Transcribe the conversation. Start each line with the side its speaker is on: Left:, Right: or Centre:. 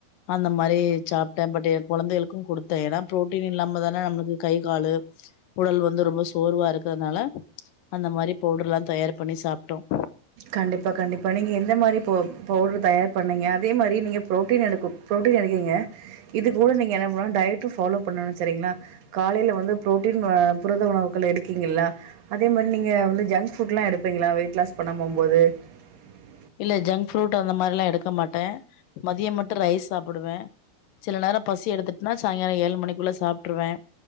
Left: அந்த மாதிரி சாப் பட் கொழந்தேளுக்கும் கொடுத்தேன் ஏன்னா ப்ரோட்டீன் இல்லாமல் தான நம்ளுக்கு கை காலு உடல் வந்து ரொம்ப சோர்வா இருக்கிறதுனால அந்த மாரி பவுடர்லாம் தயார் பண்ணி சாப்ட்டோம்
Right: கண்டிப்பா கண்டிப்பா நீங்க எந்த மாரி போ பவுடர் தயார் பண்ணீங்க அதே மாரி நீங்க ப்ரோடின் எடுக்கக் ப்ரோடின் எடுக்ரிங்க இது கூட நீங்க என்ன பண்றீங்க டயட்டும் ஃபாலோ பன்னனும் சரிங்களா காலேல புரோட்டீன் புரத உணவுகள் எடுக்குரிங்ளா அதே மாரீ நீங்க ஜங் புட் எல்லா வெயிட் லஸ் பண்ணாம <unintelligible>
Left: இல்ல ஜங்க் ஃப்ரூட் அந்த மாரில்லாம் எடுக்க மாட்டேன் மதியம் மட்டும் ரைஸ் சாப்பிடுவேன் சில நேரம் பசி எடுத்துட்டுனா சாய்ங்காலம் ஏழு மணிக்குள்ள சாப்பிருவேன்